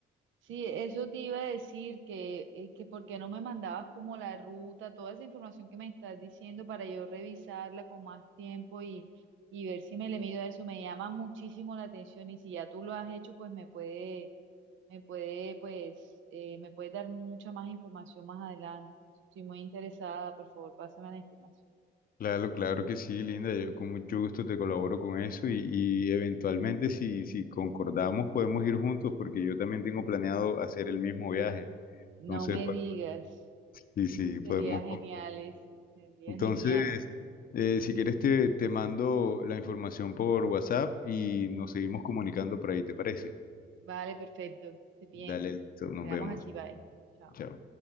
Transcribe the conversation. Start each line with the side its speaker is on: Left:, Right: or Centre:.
Right: Sí, eso te iba a decir que, eh, que por qué no me mandabas como la ruta, toda esa información que me estás diciendo para yo revisarla con más tiempo y, y ver si me le mido a eso. Me llama muchísimo la atención y si ya tú lo has hecho, pues me puede, me puede, pues, eh, me puede dar mucha más información más adelante. Estoy muy interesada, por favor, pásame la información.
Left: Claro, claro que sí, Linda. Yo con mucho gusto te colaboro con eso y, y eventualmente si, si concordamos podemos ir juntos porque yo también tengo planeado hacer el mismo viaje.
Right: No
Left: Entonces,
Right: me
Left: pues,
Right: digas,
Left: sí, sí, podemos.
Right: sería genial
Left: con-
Right: eso, sería
Left: Entonces,
Right: genial.
Left: eh, si quieres te, te mando la información por WhatsApp y nos seguimos comunicando por ahí, ¿te parece?
Right: Vale, perfecto, esté bien.
Left: Dale, listo, nos
Right: Quedamos
Left: vemos.
Right: así, bye. Chao.
Left: Chao.